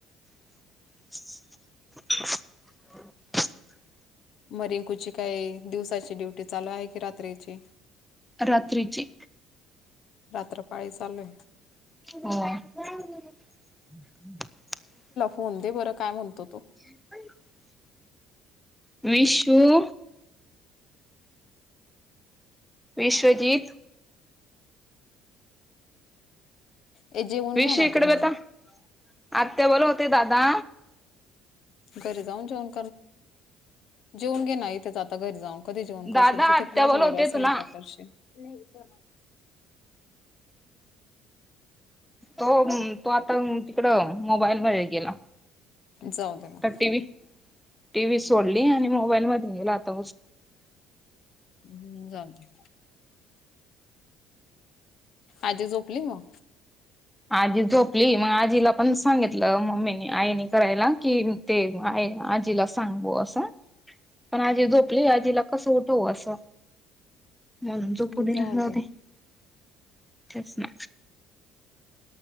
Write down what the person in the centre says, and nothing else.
<unintelligible>
रात्रीची
हो.
ह विशुऊ विश्वजीत
विशू
इकडे
बता आत्या बोलवते दादा
दादा
आत्या
बोलवते
तुला
तो तो आता तिकड मोबाईलमध्ये गेला.
तर टीव टीव्ही सोडली, आणि मोबाईल म गेला आता
आजी झोपली मग आजीला पण सांगितलं मम्मी आईने करायला कि ते आई आजी सांग अस पण आजीो आप आपले आजीला कस होतं असं म्हणून जोप
त्याच
ना.